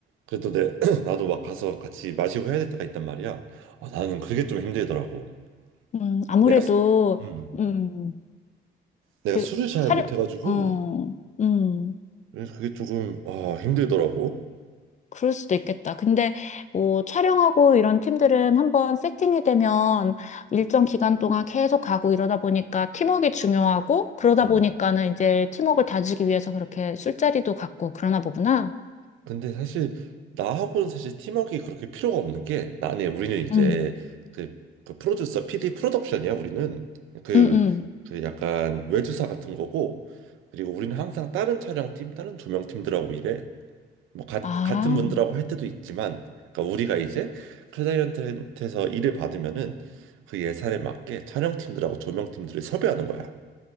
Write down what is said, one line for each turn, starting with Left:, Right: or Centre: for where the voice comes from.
Right: 그래도 내 <clears throat> 나도 막 가서 같이 마시고 해야 될 때가 있단 말이야. 아, 나는 그게 좀 힘들더라고.
Left: 음, 아무래도,
Right: 내가 수- 음.
Left: 음,
Right: 내가
Left: 그,
Right: 술을 잘
Left: 촬영,
Right: 못해가지고
Left: 어, 음.
Right: 그래서 그게 조금 아 힘들더라고.
Left: 그럴 수도 있겠다. 근데 뭐 촬영하고 이런 팀들은 한번 세팅이 되면 일정 기간 동안 계속 가고 이러다 보니까 팀워크가 중요하고 그러다
Right: 음.
Left: 보니까는 이제 팀워크를 다지기 위해서 그렇게 술자리도 갖고 그러나 보구나.
Right: 근데 사실 나하고는 사실 팀워크가 그렇게 필요가 없는 게 나는 우리는 이제
Left: 음.
Right: 그, 그 프로듀서 PD 프로덕션이야 우리는 그,
Left: 음, 음.
Right: 그 약간 외주사 같은 거고 그리고 우리는 항상 다른 촬영팀 다른 조명팀들하고 일해. 뭐 가-
Left: 아,
Right: 같은 분들하고 할 때도 있지만 그러니까 우리가 이제 클라이언트한테서 일을 받으면은 그 예산에 맞게 촬영팀들하고 조명팀들을 섭외하는 거야.